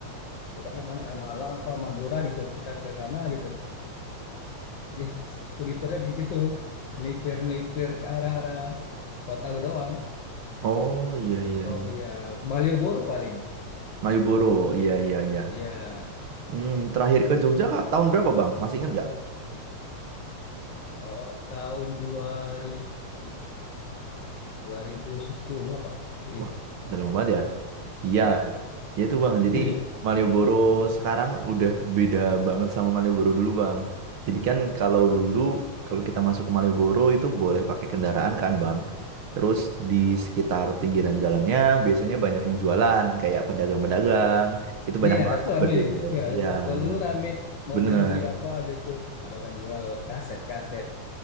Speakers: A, on the left (about 55°); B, on the right (about 50°).
A: pokoknya mana arah Malang apa Madura gitu kita ke sana gitu jadi studi tournya kayak gitu melipir melipir ke arah arah kota gue doang
B: Oh iya
A: stop
B: iya
A: stop
B: iya.
A: iya Malioboro paling
B: Malioboro, iya iya iya.
A: iya
B: Hmm, terakhir ke Jogja Kak tahun berapa Bang? Masih ingat nggak?
A: ta- tahun dua ribu dua ribu sepuluh apa Kayak gitu.
B: Wah, udah lama banget ya. Iya,
A: Iya,
B: ya itu Bang. Jadi
A: iya.
B: Malioboro sekarang udah beda banget sama Malioboro dulu Bang. Jadi kan kalau dulu kalau kita masuk ke Malioboro itu boleh pakai kendaraan kan Bang. Terus di sekitar pinggiran jalannya biasanya banyak yang jualan kayak pedagang-pedagang. Itu
A: Nih
B: banyak
A: ya,
B: banget
A: Ratu rame.
B: berjejer.
A: Ya,
B: Iya,
A: itu. Kalau dulu
B: benar.
A: rame, mau
B: Bener.
A: beli-beli apa gitu. Ada orang jual kaset-kaset.